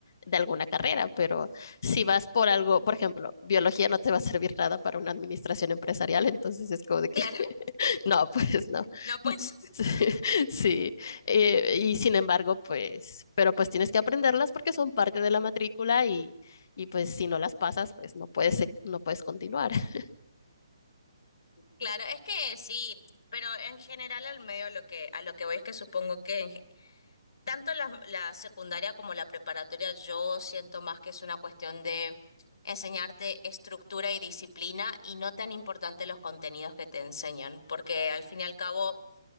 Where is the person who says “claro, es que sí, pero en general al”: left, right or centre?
Left